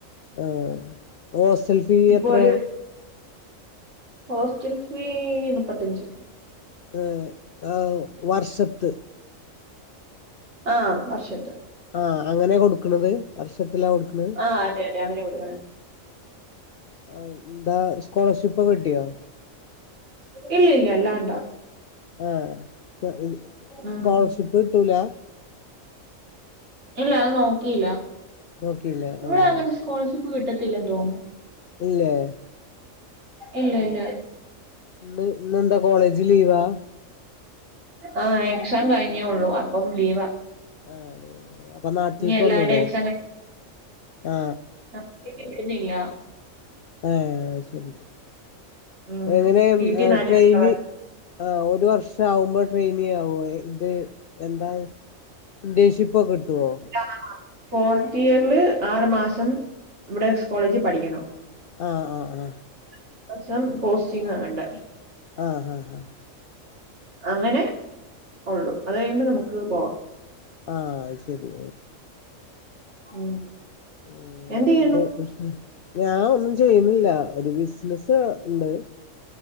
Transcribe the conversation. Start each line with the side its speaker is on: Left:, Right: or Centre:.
Left: ആ ഹോസ്റ്റൽഫീ
Right: ഇപ്പൊ
Left: എത്രെ
Right: ഒരു ഹോസ്റ്റൽ ഫീ നുപ്പത്തഞ്ച്
Left: ഏ ആ വർഷത്ത്
Right: ആ വർഷത്ത്
Left: ആ അങ്ങനെ കൊട്ക്ക്ണത് വർഷത്തിലാ കൊട്ക്ക്ണെ
Right: ആഹ് അതെ അതെ അങ്ങനെ കൊടുക്കണെ
Left: ആ ന്താ സ്കോളർഷിപ്പും കിട്ട്യോ
Right: ഇല്ലില്ല അല്ലാണ്ടാ
Left: ആ
Right: ഉം
Left: സ്കോളർഷിപ്പ് കിട്ടൂലാ
Right: ഇല്ല അത് നോക്കില്ല
Left: നോക്കിയില്ല
Right: ഇവിടങ്ങനെ
Left: ആഹ്
Right: സ്കോളർഷിപ്പ് കിട്ടത്തില്ലെന്ന് തോന്നുന്നു
Left: ഇല്ലേ
Right: ഇല്ല
Left: ഉം
Right: ഇല്ല
Left: ന്ന് ഇന്നെന്താ കോളേജ് ലീവാ
Right: ആ എക്സാം കഴിഞ്ഞേള്ളൂ അപ്പം ലീവാ
Left: ആ അപ്പൊ നാട്ടിലേക്ക്
Right: ഇനി എല്ലാവരുടെയും
Left: വന്നൂടെ
Right: എക്സാം
Left: ആ
Right: ഇല്ല വിടുന്നില്ല
Left: ആ അത് ശെരി
Right: ഉം
Left: എങ്ങനേ
Right: വീട്ടീന്ന് ആരൂല്ല
Left: ട്രെയിന് ആ ഒരു വർഷാവുമ്പോ ട്രെയിനി ആവോ ഇത് എന്താത് ന്റൻഷിപ്പൊ കിട്ടൊ
Right: ആ ഫോർത്ത് യർല് ആറ് മാസം ഇവടെ സ് കോളേജി പഠിക്കണം
Left: ആഹ് ആഹ് ആഹ്
Right: ഈ വർഷം പോസ്റ്റിങ ഉണ്ട്
Left: ആഹ് ഹ ഹ
Right: അങ്ങനെ ഒള്ളു അത് കഴിയുമ്പം നമുക്ക് പോവാം
Left: ആഹ് അത് ശരി
Right: ഉം
Left: ഉ വേറെന്ത
Right: എന്ത് ചെയ്യണു
Left: ഞാൻ ഒന്നും ചെയ്യുന്നില്ല ഒരു ബിസിനസ് ഉണ്ട്